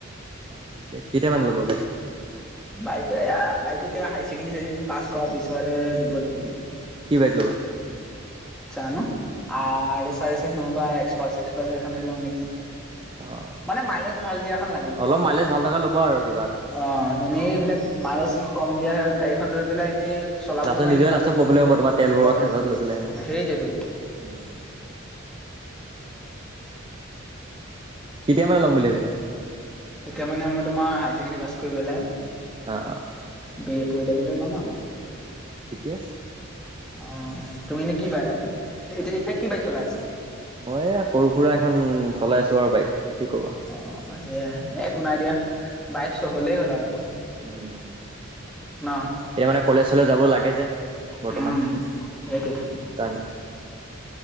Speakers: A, on the right (about 25°); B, in the centre.
A: ঠিক আছে কেইামান লব গাড়ী।
B: বাইকে বাইক এতিয়া হাই চেকেণ্ডেৰীৰ পাছ কৰাৰ পিছতহে দিব নেকি।
A: কি বাইক লবা।
B: জানো আৰ <unintelligible> নহবা এক্স পাল্স পাল সেইখনে লওঁ নেকি।
A: অ',
B: মানে মাইলেজ ভাল দিয়াখন লাগে মোৰ
A: অলপ
B: আও।
A: মাইলেজ
B: অ',
A: ভাল থকা ল'ব আৰু কিবা এটা।
B: এনেই এইবিলাক মালেজ কম দিয়া হয় গাড়ীখন লৈ পেলাই এনেই চলাবও
A: লাষ্টত
B: নোৱাৰিম
A: নিজৰে
B: ভালদৰে
A: লাষ্টত প্ৰব্লেম হ'ব তোমাৰ তেল ভৰোৱা
B: প্ৰব্লেম
A: <unintelligible>
B: সেইটোৱেতো
A: উম। কেতিয়া মানে ল'ম বুলি ভাবিছা।
B: তেতিয়া মানে মই তোমাৰ হাৰ ছেকেণ্ডেৰী পাছ কৰিপলাই।
A: অ', অ'।
B: বি এ পঢ়ি থাকোতে লম আৰু।
A: ঠিকে আছে।
B: অ', তুমি এনে কি বাই এতিয়া, এতিয়া কি বাইক চলাই আছা।
A: মই সৰু সুৰা এখন চলাই আছো আৰু বাইক কি কবা
B: অ', সেয়াই একো নাই দিয়া বাইক হলেই হ'ল আৰু।
A: উম।
B: ন
A: এয়া মানে কলেজ চলেজ যাব লাগে যে বৰ্তমান
B: উম সেইটোৱেতো।
A: সেইকাৰণে।